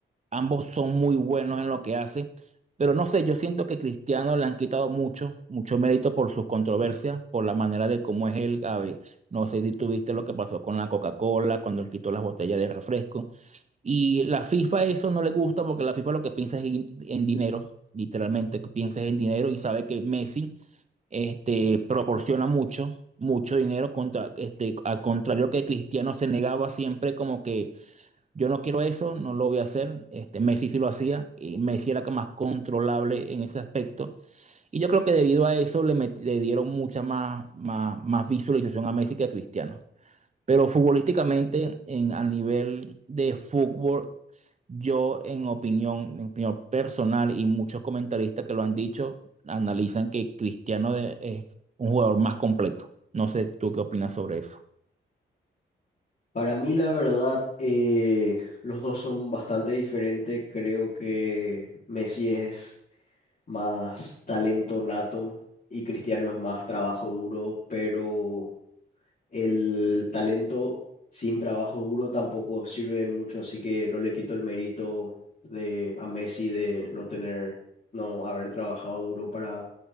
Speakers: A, on the right (about 35°); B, on the left (about 45°).
A: ambos son muy buenos en lo que hace, pero no sé, yo siento que Cristiano le han quitado mucho, mucho mérito por sus controversias, por la manera de cómo es él. A ver, no sé si tuviste lo que pasó con la Coca-Cola, cuando él quitó las botellas de refresco. Y la FIFA eso no le gusta porque la FIFA lo que piensa es en en dinero, literalmente, que piensa es en dinero y sabe que Messi este, proporciona mucho, mucho dinero contra, este, al contrario que Cristiano se negaba siempre como que yo no quiero eso, no lo voy a hacer. Este, Messi sí lo hacía y Messi era más controlable en ese aspecto. Y yo creo que debido a eso le, met- le dieron mucha más, más, más visualización a Messi que a Cristiano. Pero futbolísticamente, en, a nivel de fútbol, yo en opinión, en opinión personal y muchos comentaristas que lo han dicho, analizan que Cristiano de- es un jugador más completo. No sé, ¿tú qué opinas sobre eso?
B: Para mí, la verdad, eh, los dos son bastante diferentes. Creo que Messi es más talento nato y Cristiano es más trabajo duro, pero el talento sin trabajo duro tampoco sirve de mucho, así que no le quito el mérito de a Messi de no tener, no haber trabajado duro para